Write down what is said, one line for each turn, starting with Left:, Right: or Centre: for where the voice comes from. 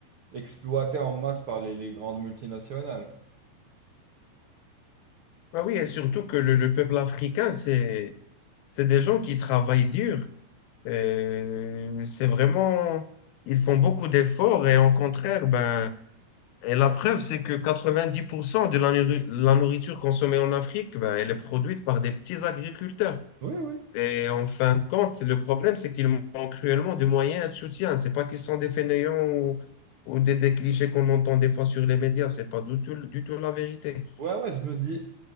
Right: exploités en masse par les, les grandes multinationales.
Left: Ben oui, et surtout que le, le peuple africain, c'est, c'est des gens qui travaillent dur. Euh, C'est vraiment, ils font beaucoup d'efforts, et au contraire, ben, Et la preuve, c'est que 90% de la, nourri- la nourriture consommée en Afrique, ben, elle est produite par des petits agriculteurs.
Right: Oui, oui,
Left: Et en fin de compte, le problème, c'est qu'ils manquent cruellement de moyens et de soutien. C'est pas qu'ils sont des fainéants ou, ou des, des clichés qu'on entend des fois sur les médias. C'est pas du tout, du tout la vérité.
Right: Ouais, ouais, je me dis,